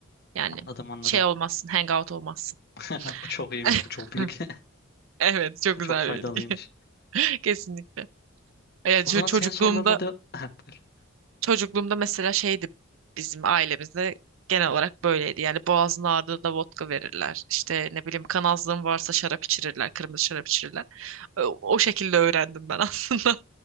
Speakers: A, on the right; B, on the left.
A: Yani
B: Anladım anladım.
A: şey olmazsın, hangout olmazsın.
B: <laughs> Bu çok iyiymiş
A: <laughs>
B: bu çok bilgi.
A: Evet, çok
B: <laughs>
A: güzel
B: Çok faydalıymış.
A: bir bilgi. <laughs> Kesinlikle. Ya, ço-
B: O zaman
A: çocukluğumda
B: senin sorularına da <laughs> Ha, buyur.
A: çocukluğumda mesela şeydi bizim ailemizde genel olarak böyleydi. Yani boğazın ağrıdığında vodka verirler. İşte ne bileyim kanazlığın varsa şarap içirirler, kırmızı şarap içirirler. O, o şekilde öğrendim ben <laughs> aslında